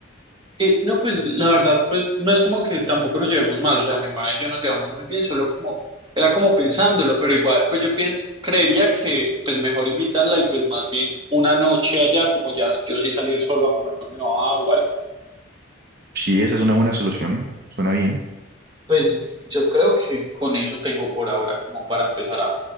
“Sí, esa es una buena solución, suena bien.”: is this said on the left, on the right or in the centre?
Right